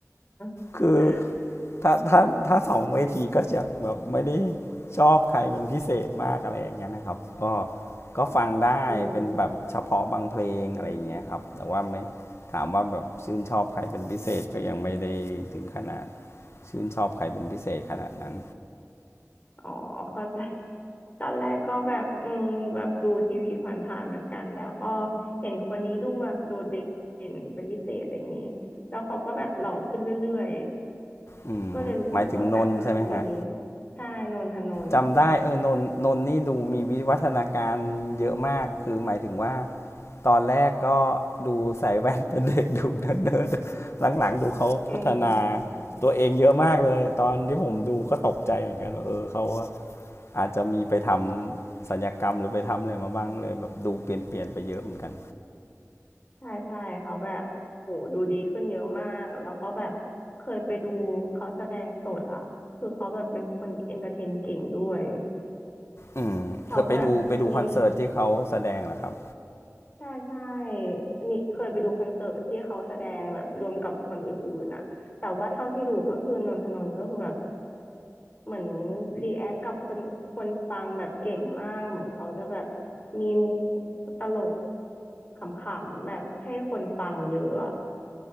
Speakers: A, on the left; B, on the left.
A: <laughs>
B: คือถ้าถ้าถ้าสองเวทีก็ยังแบบไม่ได้ชอบใครเป็นพิเศษมากอะไรอย่างเงี้ยนะครับก็ก็ฟังได้เป็นแบบเฉพาะบางเพลงอะไรอย่างเงี้ยครับแต่ว่าไม่
A: อืม
B: ถามว่าแบบชื่นชอบใครเป็นพิเศษก็ยังไม่ได้ถึงขนาดชื่นชอบใครเป็นพิเศษขนาดนั้น
A: อ๋อเข้าใจตอนแรกก็แบบอืมแบบดูทีวีผ่านๆเหมือนกันแต่ก็เห็นคนนี้ดูแบบโดดเด่นเป็นพิเศษอะไรอย่างนี้แล้วเขาก็แบบหล่อขึ้นเรื่อย
B: อืมหมายถึงนน์ใช่ไหมฮะ
A: ๆก็เลยรู้สึกว่าแบบเออคนนี้ใช่นนทนนท์
B: จำได้เออนนนนนี่ดูมีวิวัฒนาการเยอะมากคือหมายถึงว่า ตอนแรกก็ดูใส่แว่นเป็นเด็กดูเนิร์ดๆหลังๆดูเขาพัฒนา
A: อืม
B: ตัวเองเยอะมากเลยตอนที่ผมดูก็ตกใจเหมือนกันว่าเออเขาอาจจะมีไปทำสัลยกรรมหรือไปทำอะไรมาบ้างเลยแบบดูเปลี่ยนเปลี่ยนๆไปเยอะเหมือนกัน
A: ใช่ใช่เขาแบบโหดูดีขึ้นเยอะมากแล้วก็แบบเคยไปดูเขาแสดงสดอ่ะคือเขาแบบเป็นคนเอนเตอร์เทนเก่งด้วย
B: อืมเคยไปดูไปดูคอนเสิร์ตที่เขาแสดงเหรอครับ
A: เขาแบบมีใช่ใช่มีเคยไปดูคอนเสิร์ตที่เขาแสดงแบบรวมกับคนอื่นๆอ่ะแต่ว่าเท่าที่ดูก็คือนนทนนท์ก็คือแบบเหมือนรีแอคกับคนคนฟังแบบเก่งมากเหมือนเขาจะแบบมีมุกตลกขำๆแบบให้คนฟังเยอะอะ